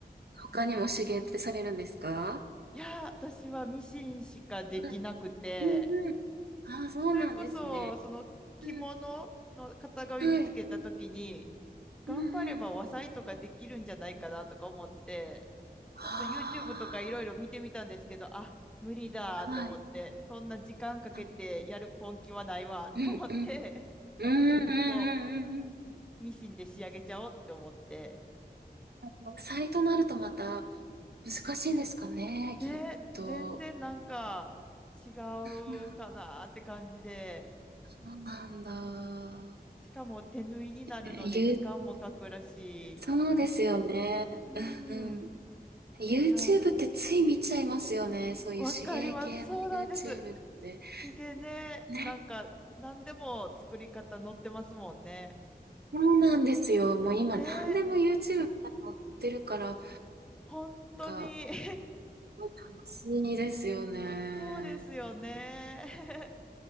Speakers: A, on the right (about 75°); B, in the centre.
A: 他にも手芸ってされるんですか
B: いやー、私はミシンしかできなくて、
A: はい。うんうん。ああ、そうなんですね。
B: それこそ、その着物の型紙見つけたときに、
A: はい。はい。
B: 頑張れば和裁とかできるんじゃないかなとか思って、
A: うんうん。あ
B: ちょっと YouTube とかいろいろ見てみたんですけど、あ、無理だと思って、
A: あ、はい。
B: そんな時間かけてやる根気はないわって思って、
A: あ、うんうん。うんうんうんうん
B: 結局もうミシンで仕上げちゃおうって思って、
A: うん。サイトなるとまた難しいんですかね、
B: ね、
A: きっと。
B: 全然なんか違
A: うんうん
B: うかなって感じで、
A: そうなんだ。
B: しかも手縫いになるので時間もかかるし、
A: えー、うそうですよね。
B: うん、
A: うんうん。
B: い
A: YouTube
B: やー、
A: ってつい見ちゃいますよね。そういう手芸系の
B: わかります。そうなんです。
A: YouTube って。
B: 手芸ね、
A: ね。
B: なんか何でも作り方載ってますもんね。
A: そうなんですよ。もう今何でも
B: ね、
A: YouTube に載ってるから、なん
B: 本当に
A: か
B: <laughs>
A: 楽しいですよね。
B: そうですよね。<laughs>